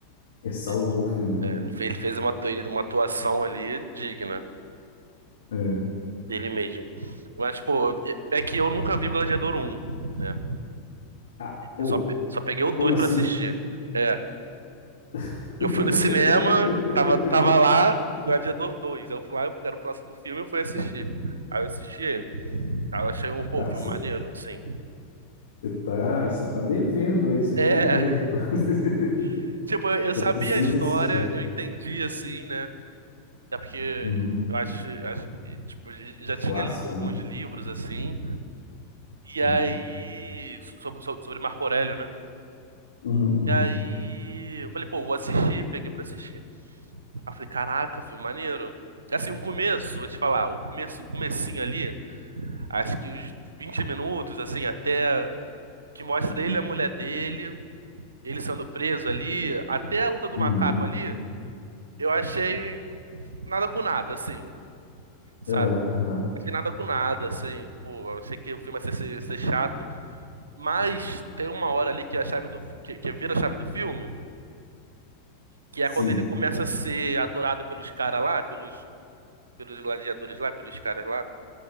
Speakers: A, on the left; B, on the right.
A: Ele salvou
B: ele,
A: o filme. Ele...
B: é, ele fez ele fez uma, atu- uma atuação ali digna
A: É.
B: dele mesmo. Mas, pô, é é que eu nunca vi o Gladiador 1, né?
A: Ah, oh,
B: Eu só, pe- só peguei o
A: como
B: 2
A: assim?
B: pra assistir. É.
A: <laughs>
B: Eu fui no cinema, tava, tava lá, Gladiador Dois Eu fui lá, era o próximo filme, eu fui assistir. Aí eu assisti ele. Aí eu achei um, pô,
A: Tá,
B: um filme
A: você
B: maneiro, assim.
A: tá, cê tá devendo aí, você
B: É,
A: tem um débito. <laughs>
B: <laughs> tipo, eu, eu
A: Você
B: sabia
A: precisa
B: a história,
A: assistir.
B: eu entendi, assim, né? é porque
A: Uhum.
B: eu acho, acho- tipo, já tinha
A: Clássico,
B: lido alguns
A: né?
B: livros, assim. E
A: Uhum.
B: aí, sobre, sobre sobre Marco Aurélio, né?
A: Uhum, uhum,
B: E aí, eu falei, pô, vou assistir, peguei pra assistir. Aí eu falei, caraca, filme maneiro. É Assim, o começo, vou te falar, o começo, o comecinho ali, acho que os 20 minutos, assim, até que mostra ele e a mulher dele, ele sendo preso ali, até a luta do
A: uhum.
B: macaco ali, eu achei nada com nada, assim, sabe?
A: Aham, aham.
B: Achei nada com nada, assim, pô, eu achei que o filme ia ser, ser- ser chato, mas tem uma hora ali que a chave do, fi- que, que vira a chave do filme, que
A: Sim.
B: é quando ele começa a ser adorado pelos caras lá, pelos, pelos gladiadores lá, pelos caras lá,